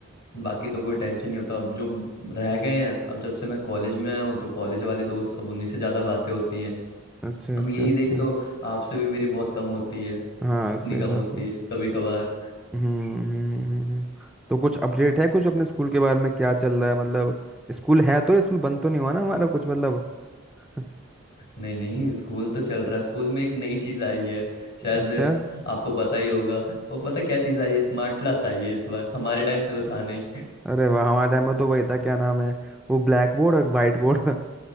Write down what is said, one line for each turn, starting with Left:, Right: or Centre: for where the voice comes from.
Left: बाकी तो कोई टेंशन नहीं होता अब जो रह गए हैं अब जब से मैं कॉलेज में आया हूँ तो कॉलेज वाले दोस्त अब उन्हीं से ज़्यादा बातें होती हैं
Centre: अच्छा
Left: अब
Centre: अच्छा
Left: यही
Centre: अच्छा
Left: देख लो आपसे भी मेरी बहुत कम होती है
Centre: हाँ
Left: कितनी
Centre: सही
Left: कम
Centre: बात
Left: होती
Centre: सही
Left: है कभी कभार
Centre: हम्म हम्म हम्म, हम्म। हम्म। तो कुछ अपडेट है कुछ अपने स्कूल के बारे में क्या चल रहा है मतलब स्कूल है तो स्कूल बंद तो नहीं हुआ ना हमारा कुछ मतलब <laughs>
Left: नहीं नहीं स्कूल तो चल रहा है स्कूल में एक नई चीज आई है शायद
Centre: अच्छा
Left: आपको पता ही होगा वो पता क्या चीज आई है स्मार्ट क्लास आई है इस बार हमारे टाइम पे तो था नहीं
Centre: अरे वाह हमारे टाइम में तो वही था क्या नाम है वो ब्लैक बोर्ड और वाइट बोर्ड